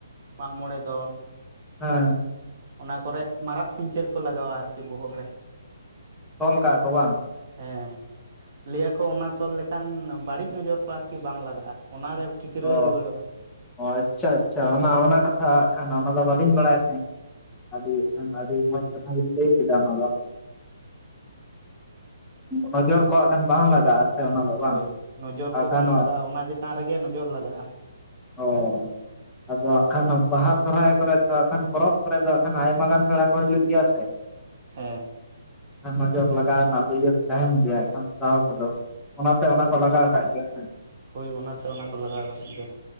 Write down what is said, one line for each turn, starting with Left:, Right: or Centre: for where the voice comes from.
Right: ᱢᱟᱜ ᱢᱚᱬᱮ ᱫᱚᱱ ᱾
Centre: ᱦᱮᱸ
Right: ᱚᱱᱟ ᱠᱚᱨᱮ ᱢᱟᱨᱟᱜ ᱯᱤᱧᱪᱟᱹᱨ ᱠᱚ ᱞᱟᱜᱟᱣᱼᱟ ᱟᱨᱼᱠᱤ ᱵᱚᱦᱚᱜ ᱨᱮ
Centre: ᱛᱚᱞ ᱠᱟᱜᱼᱟ ᱠᱚ ᱵᱟᱝ?
Right: ᱦᱮᱸ ᱞᱟᱹᱭ ᱟᱠᱚ ᱚᱱᱟ ᱛᱚᱞ ᱞᱮᱠᱷᱟᱱ ᱵᱟᱹᱲᱤᱡ ᱱᱚᱡᱚᱨ ᱠᱚ ᱟᱨᱠᱤ ᱵᱟᱝ ᱞᱟᱜᱟᱜᱼᱟ ᱚᱱᱟᱨᱮ ᱴᱷᱤᱠᱨᱟᱹ
Centre: ᱚ
Right: ᱨᱩᱣᱟᱹᱲᱚᱜᱼᱟ
Centre: ᱟᱪᱪᱷᱟ ᱟᱪᱪᱷᱟ ᱚᱱᱟ ᱚᱱᱟ ᱠᱟᱛᱷᱟ ᱠᱷᱟᱱ ᱚᱱᱟ ᱫᱚ ᱵᱟᱹᱞᱤᱧ ᱵᱟᱲᱟᱭ ᱛᱟᱦᱮᱸᱱ ᱟᱹᱰᱤ ᱮᱱᱠᱷᱟᱱ ᱟᱹᱰᱤ
Right: ᱦᱩᱸ
Centre: ᱢᱚᱡᱽ ᱠᱟᱛᱷᱟ ᱵᱤᱱ ᱞᱟᱹᱭ ᱠᱮᱫᱟ ᱚᱱᱟ ᱫᱚ ᱱᱚᱡᱚᱨ ᱠᱚ ᱦᱟᱸᱜ ᱠᱷᱟᱱ ᱵᱟᱝ ᱞᱟᱜᱟᱜᱼᱟ ᱥᱮ ᱚᱱᱟ ᱫᱚ
Right: ᱦᱳᱭ
Centre: ᱵᱟᱝ
Right: ᱱᱚᱡᱚᱨ ᱠᱚ
Centre: ᱟᱠᱷᱟᱱ
Right: ᱵᱟᱝ ᱞᱟᱜᱟᱜᱼᱟ, ᱚᱱᱟ ᱪᱮᱛᱟᱱ ᱨᱮᱜᱮ ᱱᱚᱡᱚᱨ ᱞᱟᱜᱟᱜᱼᱟ
Centre: ᱚ ᱟᱫᱚ ᱦᱟᱸᱜ ᱠᱷᱟᱱ ᱵᱟᱦᱟ ᱥᱚᱨᱦᱟᱭ ᱠᱚᱨᱮ ᱫᱚ ᱮᱱᱠᱷᱟᱱ ᱯᱚᱨᱚᱵᱽ ᱠᱚᱨᱮ ᱫᱚ ᱮᱱᱠᱷᱟᱱ ᱟᱭᱢᱟ ᱜᱟᱱ ᱯᱮᱲᱟ ᱠᱚ ᱦᱤᱡᱩᱜ ᱜᱮᱭᱟ ᱥᱮ
Right: ᱦᱮᱸ
Centre: ᱱᱚᱡᱚᱨ ᱞᱟᱜᱟᱣ ᱨᱮᱱᱟᱜ ᱫᱟᱹᱭᱟᱹ ᱫᱚ ᱛᱟᱦᱮᱱ ᱜᱮᱭᱟ ᱮᱱᱠᱷᱟᱱ ᱫᱟᱣ ᱠᱚᱫᱚ ᱚᱱᱟ ᱠᱚ ᱞᱟᱜᱟᱣ ᱠᱟᱜ ᱜᱮᱭᱟ ᱥᱮ
Right: ᱦᱳᱭ ᱚᱱᱟᱛᱮ ᱚᱱᱟ ᱠᱚ ᱞᱟᱜᱟᱣ ᱠᱟᱜ ᱜᱮᱪᱚ